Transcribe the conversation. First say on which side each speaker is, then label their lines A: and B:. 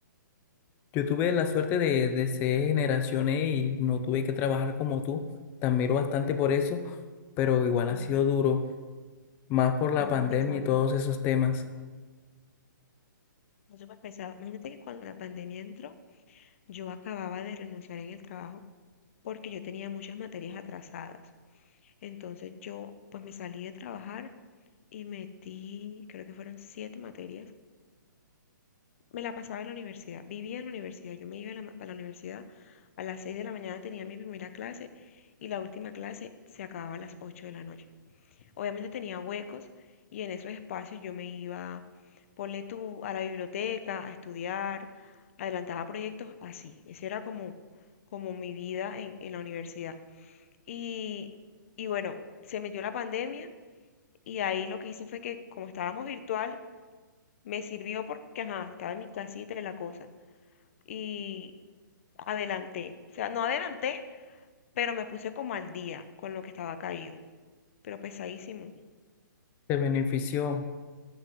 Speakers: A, on the left; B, on the left.
A: Yo tuve la suerte de, de ser generación E y no tuve que trabajar como tú. Te admiro bastante por eso, pero igual
B: no,
A: ha sido duro, más por la
B: sí muy
A: pandemia
B: pesado,
A: y todos esos temas.
B: fue súper pesado. Imagínate que cuando la pandemia entró, yo acababa de renunciar en el trabajo porque yo tenía muchas materias atrasadas. Entonces yo, pues me salí de trabajar y metí, creo que fueron siete materias. Me la pasaba en la universidad, vivía en la universidad. Yo me iba a la, a la universidad a las 6 de la mañana, tenía mi primera clase y la última clase se acababa a las 8 de la noche. Obviamente tenía huecos y en esos espacios yo me iba, ponle tú, a la biblioteca, a estudiar, adelantaba proyectos así. Esa era como, como mi vida en, en la universidad. Y, y bueno, se metió la pandemia y ahí lo que hice fue que como estábamos virtual, Me sirvió porque, ajá, estaba en mi casita y la cosa. Y adelanté. O sea, no adelanté, pero me puse como al día con lo que estaba caído. Pero pesadísimo.
A: Te benefició.